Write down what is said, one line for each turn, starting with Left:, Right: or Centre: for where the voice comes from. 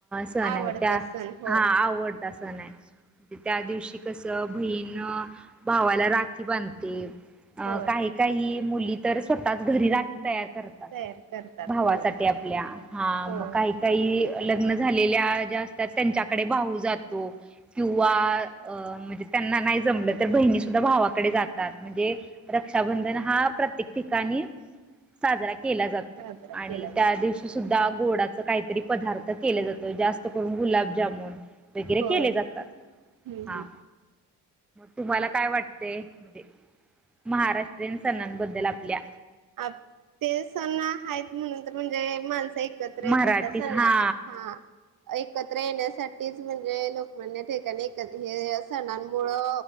Centre: सण
Right: आवडता
Centre: आहे त्या
Right: सण होय
Centre: हा आवडता सण सन आहे त्या दिवशी कस बहीण भावाला राखी बांधते अ
Right: होय
Centre: काही काही मुली तर स्वतःच घरी राखी तयार करतात
Right: तयार करतात
Centre: भावासाठी
Right: होय
Centre: आपल्या हा
Right: होय
Centre: मग काही काही लग्न झालेल्या ज्या असतात त्यांच्याकडे भाऊ जातो किंवा म्हणजे त्यांना नाही जमलं तर बहिणी सुद्धा भावाकडे जातात म्हणजे रक्षाबंधन हा प्रत्येक ठिकाणी साजरा केला जातो
Right: साजरा
Centre: आणि
Right: केला जातो
Centre: त्या दिवशी सुद्धा गोडाच काहीतरी पदार्थ केले जात जास्त करून गुलाबजामुन वगैरे केले
Right: होय
Centre: जातात
Right: हम्म
Centre: हा
Right: हम्म
Centre: तुम्हाला काय वाटतय म्हणजे महाराष्ट्रीयन सणांबद्दल आपल्या
Right: अ ते सण आहेत म्हणून तर म्हणजे माणस एकत्र येतात
Centre: मराठीच
Right: सण
Centre: हा
Right: ना एकत्र येण्यासाठीच म्हणजे लोकमान्य टिळकांनी हे सणांमुळे